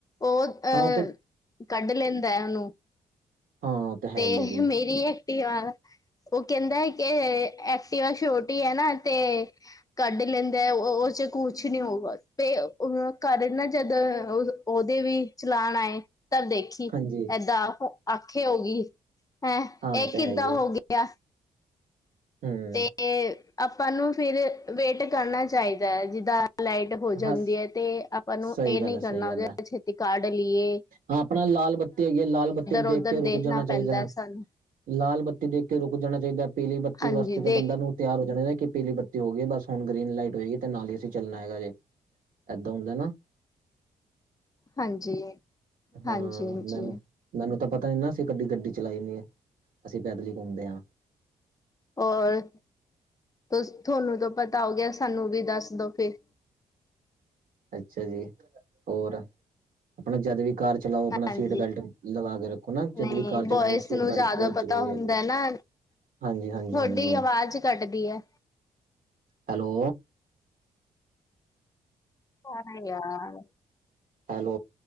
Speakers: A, on the left; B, on the right.
A: ਓ ਅਹ
B: ਹਾਂ ਉਹ ਤੇ
A: ਕੱਢ ਲੈਂਦਾ ਓਨੂੰ,
B: ਹਾਂ ਉਹ ਹੈ
A: ਤੇ
B: ਹੀ ਹੈ ਜੀ
A: ਮੇਰੀ ਐਕਟੀਵਾ ਓ ਕੈਂਦਾ ਐ ਕੇ ਐਕਟਿਵਾ ਛੋਟੀ ਐ ਨਾ ਤੇ ਕੱਢ ਲੈਂਦਾ ਅ ਓ-ਓ ਚ ਕੁਛ ਨੀ ਹੋਊਗਾ ਤੇ ਓ ਕਾਰਨ ਨਾ ਜਦ ਓਦੇ ਵੀ ਚਲਾਨ ਆਏ। ਤਰ ਦੇਖੀ
B: ਹਾਂਜੀ
A: ਏਦਾਂ ਆਖੇ ਹੋਗੀ, ਹੈਂ
B: ਹਾਂ
A: ਏ
B: ਉਹ ਤੇ
A: ਕਿੱਦਾਂ
B: ਹੈ ਹੀ ਹੈ
A: ਹੋ ਗੇ ਗੇਆ
B: ਹਮ
A: ਤੇ ਤੇ ਆਪਾਂ ਨੂੰ ਫਿਰ ਵੇਟ ਕਰਨਾ ਚਾਈਦਾ ਐ ਜਿੱਦਾਂ ਲਾਈਟ ਹੋ
B: ਹਾਂ
A: ਜਾਂਦੀ ਐ ਤੇ ਆਪਾਂ ਨੂੰ
B: ਸਹੀ
A: ਏ
B: ਗੱਲ
A: ਨਈ
B: ਹੈ
A: ਕਰਨਾ
B: ਸਹੀ ਗੱਲ
A: ਹੁੰਦਾ
B: ਹੈ
A: ਛੇਤੀ ਕਾਢ ਲੀਏ।
B: ਹਾਂ ਆਪਨਾ ਲਾਲ ਬੱਤੀ ਹੈਗੀ ਏ ਲਾਲ ਬੱਤੀ ਦੇਖ
A: ਉਧਰ
B: ਕੇ ਰੁਕ
A: ਦੇਖਣਾ
B: ਜਾਨਾ
A: ਪੈਂਦਾ
B: ਚਾਈਦਾ ਐ।
A: ਸਾਨੂੰ
B: ਲਾਲ ਬੱਤੀ ਦੇਖ ਕੇ ਰੁਕ ਜਾਨਾ ਚਾਈਦਾ ਪੀਲੀ ਬੱਤੀ
A: ਹਾਂਜੀ
B: ਵਾਸਤੇ ਤਾਂ
A: ਦੇਖ
B: ਬੰਦਾ ਨੂੰ ਤਿਆਰ ਹੋ ਜਾਨਾ ਚਾਈਦਾ ਕੇ ਪੀਲੀ ਬੱਤੀ ਹੋਗੀ ਐ ਬਸ ਹੁਨ ਗ੍ਰੀਨ ਲਾਈਟ ਹੋਏਗੀ ਤੇ ਨਾਲ ਈ ਅਸੀਂ ਚੱਲਨਾ ਹੈਗਾ ਜੇ ਏਦਾਂ ਹੁੰਦਾ ਨਾ,
A: ਹਾਂਜੀ
B: ਹਾਂ
A: ਹਾਂਜੀ-ਹਾਂਜੀ
B: ਮੈਨੂੰ ਮੈਨੂੰ ਤਾਂ ਪਤਾ ਨੀ ਨਾ ਅਸੀਂ ਕੱਡੀ ਗੱਡੀ ਚਲਾਈ ਨੀ ਐ ਅਸੀਂ ਪੈਦਲ ਈ ਘੁੰਮਦੇ ਆਂ।
A: ਹੋਰ, ਤੁ ਥੋਨੂੰ ਤਾਂ ਪਤਾ ਹੋ ਗੇਆ ਸਾਨੂੰ ਵੀ ਦੱਸ ਦੋ ਫਿਰ।
B: ਅੱਛਾ ਜੀ, ਹੋਰ ਆਪਨਾ ਜਦ ਵੀ ਕਾਰ ਚਲਾਓ ਆਪਨਾ
A: ਹਾਂਜੀ
B: ਸੀਟ ਬੈਲਟ ਲਗਾ ਕੇ ਰੱਖੋ ਨਾ, ਜਦ
A: ਨਹੀਂ
B: ਵੀ ਕਾਰ
A: ਬੋਇਸ
B: ਚਲਾਨੀ ਆ ਸੀਟ
A: ਨੂੰ
B: ਬੈਲਟ
A: ਜ਼ਿਆਦਾ
B: ਬੋਤ
A: ਪਤਾ
B: ਜ਼ਰੂਰੀ
A: ਹੁੰਦਾ
B: ਹੈਗੀ ਆ।
A: ਨਾ
B: ਹਾਂਜੀ-ਹਾਂਜੀ-ਹਾਂਜੀ।
A: ਤੁਹਾਡੀ ਆਵਾਜ਼ ਕੱਟਦੀ ਹੈ।
B: ਹੈਲੋ
A: ਕੋਨ ਐ ਯਾਰ
B: ਹੈਲੋ